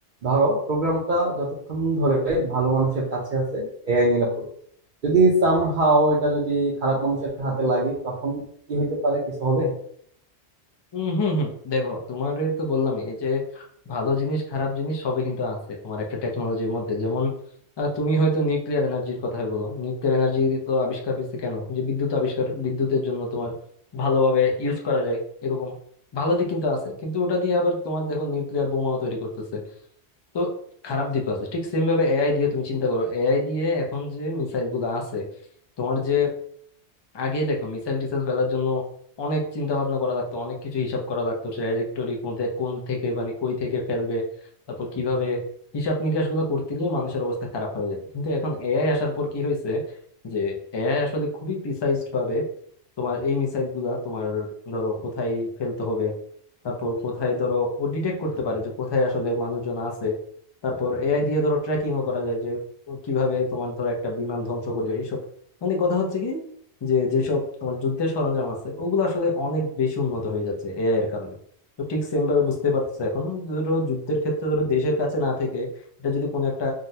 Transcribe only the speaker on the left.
উম হুম হুম দেখো তোমার তো বললাম এই যে ভালো জিনিস খারাপ জিনিস সবই কিন্তু আছে তোমার একটা টেকনোলজির মধ্যে যেমন আহ, তুমি হয়তো নিউক্লিয়ার এনার্জির কথা বলো নিউক্লিয়ার এনার্জি তো আবিষ্কার হয়েছে কেন যে বিদ্যুৎ আবিষ্কার বিদ্যুতের জন্য তোমার ভালোভাবে ইউজ করা যায় এরকম ভালো দিক কিন্তু আছে কিন্তু ওটা দিয়ে আবার তোমার দেখো নিউক্লিয়ার বোমাও তৈরি করতেছে তো খারাপ দিকও আছে ঠিক সেম ভাবে এআই দিয়ে তুমি চিন্তা করো এআই দিয়ে এখন যে মিসাইল গুলো আছে তোমার যে আগে দেখো মিসাইল টিসাইল ফেলার জন্য অনেক চিন্তা ভাবনা করা লাগতো অনেক কিছু হিসাব করা লাগতো ট্র্যাজেক্টরি মধ্যে কোন থেকে মানে কই থেকে ফেলবে তারপর কিভাবে হিসাব নিকাশ গুলো করতে গিয়ে মানুষের অবস্থা খারাপ হয়ে যেত কিন্তু এখন এআই আসার পর কি হয়েছে যে এআই আসলে খুবই প্রিসাইজ ভাবে তোমার এই মিসাইল গুলা তোমার ধরো কোথায় ফেলতে হবে তারপর কোথায় ধরো ও ডিটেক্ট করতে পারে যে কোথায় আসলে মানুষজন আছে তারপর এআই দিয়ে ধরো ট্র্যাকিংও করা যায় যে ও কিভাবে তোমার ধরো একটা বিমান ধ্বংস করবে এইসব মানে কথা হচ্ছে কি যে যেসব তোমার যুদ্ধের সরঞ্জাম আছে ওগুলো আসলে অনেক বেশি উন্নত হয়ে যাচ্ছে এআই এর কারণে তো ঠিক সেম ভাবে বুঝতে পারতেছে এখন ধরো যুদ্ধের ক্ষেত্রে ধরো দেশের কাছে না থেকে এটা যদি কোনো একটা